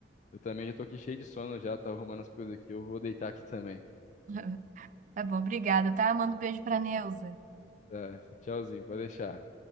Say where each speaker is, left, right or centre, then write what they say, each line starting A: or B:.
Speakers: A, on the left (about 40°); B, on the right (about 45°).
A: Eu também já tô aqui cheio de sono já, tá arrumando as coisas aqui. Eu vou deitar aqui também.
B: <laughs> Tá bom, obrigada, tá? Manda um beijo pra Neuza.
A: Tá, tchauzinho, pode deixar.